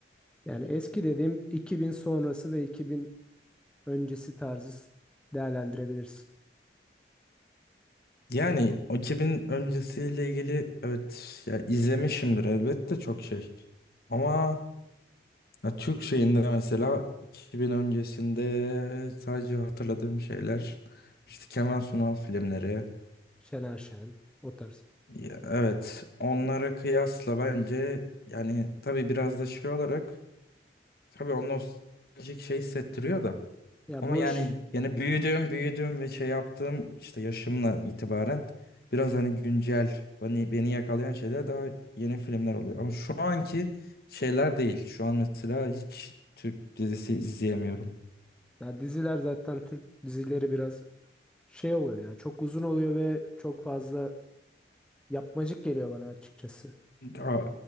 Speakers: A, in the centre; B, on the left.
A: Yani eski dediğim 2000 sonrası ve 2000 öncesi tarzı değerlendirebilirsin.
B: Yani o 2000 öncesiyle ilgili evet ya izlemişimdir elbette çok şey. Ama Ya Türk şeyinde mesela 2000 öncesinde sadece hatırladığım şeyler işte Kemal Sunal filmleri.
A: Şener Şen, o tarz.
B: Ya evet onlara kıyasla bence yani tabii biraz da şey olarak tabii o nostaljik şey hissettiriyor da
A: Ya
B: ama
A: boş
B: yani yani büyüdüğüm büyüdüğüm ve şey yaptığım işte yaşımla itibaren biraz hani güncel beni, beni yakalayan şeyler daha yeni filmler oluyor. Ama şu anki şeyler değil. Şu an mesela hiç Türk dizisi izleyemiyorum.
A: Ya diziler zaten Türk dizileri biraz şey oluyor ya. Çok uzun oluyor ve çok fazla yapmacık geliyor bana açıkçası.
B: Ya,